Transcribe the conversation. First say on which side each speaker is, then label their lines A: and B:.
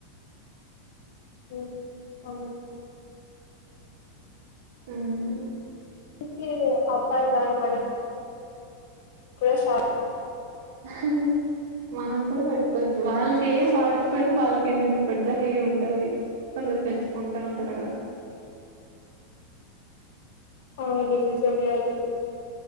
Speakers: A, on the left; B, on the right.
A: మ్ అవును
B: ఉమ్
A: కే అబ్బాయిలాగా బరి ఫ్రెష్ ఆ
B: <unintelligible> మనం కూడా పెట్టుకోవచ్చు వాళ్ళకి ఏం వాడకపోయినా వాళ్ళకి ఇంత ఇంత పెద్ద హెయిర్ ఉంటది కొందరు పెంచుకుంటా ఉంటారు కదా
A: అవును నిజమే అగొ